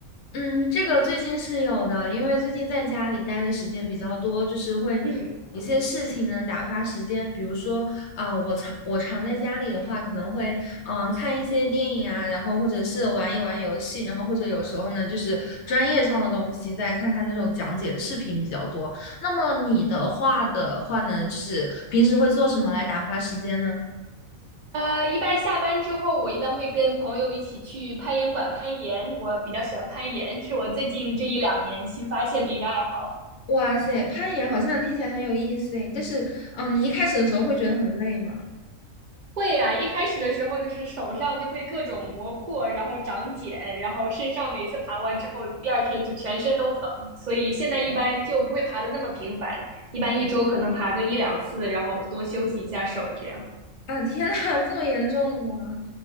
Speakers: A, on the left; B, on the right.
A: 嗯，这个最近是有的，因为最近在家里待的时间比较多，就是会有
B: 嗯，
A: 一些事情能打发时间，比如说啊、我常我常在家里的话，可能会嗯看一些电影啊，然后或者是玩一玩游戏，然后或者有时候呢就是专业上的东西，再看看那种讲解的视频比较多。那么你的话的话呢，就是平时会做什么来打发时间呢？
B: 呃，一般下班之后，我一般会跟朋友一起去攀岩馆攀岩。我比较喜欢攀岩，是我最近这一两年新发现的一个爱好。
A: 哇塞，攀岩好像听起来很有意思诶，但是，嗯，你一开始的时候会觉得很累吗？
B: 会呀啊，一开始的时候就是手上就会各种磨破，然后长茧，然后身上每次爬完之后，第二天就全身都疼，所以现在一般就不会爬的那么频繁，一般一周可能爬个一两次，然后多休息一下手这样。
A: 啊，天呐，这么严重的吗？